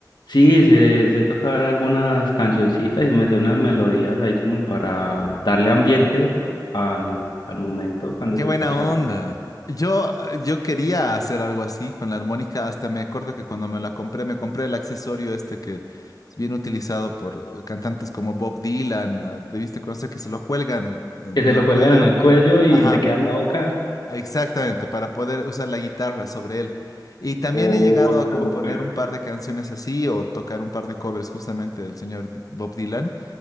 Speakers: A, on the left; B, on the left.
A: Sí, sé, sé tocar algunas cancioncitas y me sé unas melodías ahí como para darle ambiente al, al momento cuando
B: Qué
A: se
B: buena
A: está charlando.
B: onda. Yo, eh, yo quería hacer algo así con la armónica, hasta me acuerdo que cuando me la compré, me compré el accesorio este que es bien utilizado por eh, cantantes como Bob Dylan, ah, debiste conocer que se lo cuelgan en
A: Que
B: en
A: se lo
B: el
A: cuelgan
B: cuello.
A: en el cuello y
B: Ajá,
A: le quedan en la boca.
B: Exactamente, para poder usar la guitarra sobre él. Y también
A: Oh,
B: he llegado a componer
A: no,
B: un par de canciones así o tocar un par de covers justamente del señor D- Bob Dylan,